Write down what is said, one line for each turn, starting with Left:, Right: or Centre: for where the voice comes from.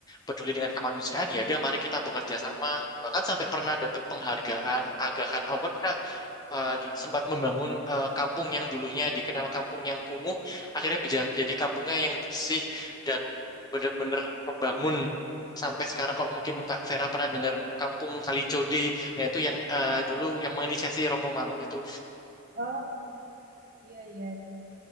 Left: peduli dengan kemanusiaan ya udah mari kita bekerja sama. Bahkan sampai pernah dapat penghargaan Aga Khan Award Kak eh, di- sempat membangun eh, kampung yang dulunya dikenal kampung yang kumuh, akhirnya bisa jadi kampungnya yang bersih dan bener-bener membangun sampai sekarang. Kalau mungkin Kak Vera pernah dengar kampung Kalicode, nah itu yang eh, dulu yang menginisiasi Romo Mangun itu
Right: oh, iya iya iya